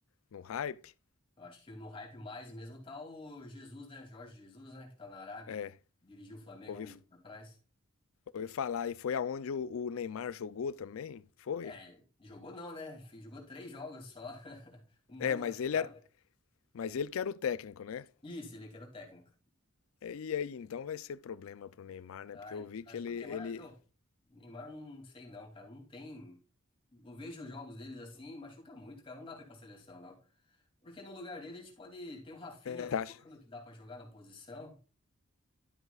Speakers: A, on the left (about 75°); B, on the left (about 25°).
A: no hype?
B: Eu acho que no hype mais mesmo tá o Jesus, né? Jorge Jesus, né? Que tá na Arábia.
A: É,
B: Dirigiu o Flamengo
A: ouvi,
B: há uns anos atrás.
A: ouvi falar. E foi aonde o, o Neymar jogou também? Foi?
B: É, jogou não, né? Jogou três jogos só. <laughs> Um
A: É,
B: ano
A: mas
B: mais
A: ele
B: tarde.
A: era, mas ele que era o técnico, né?
B: Isso, ele é que era o técnico.
A: É, E aí, então vai ser problema pro Neymar, né?
B: Ai,
A: Porque eu vi
B: acho
A: que ele,
B: que o Neymar,
A: ele
B: meu, o Neymar não sei não, cara, não tem. Eu vejo os jogos deles assim, machuca muito, cara, não dá pra ir pra seleção, não. Porque no lugar dele a gente pode ter um Rafinha
A: Você
B: voando
A: acha.
B: que dá pra jogar na posição.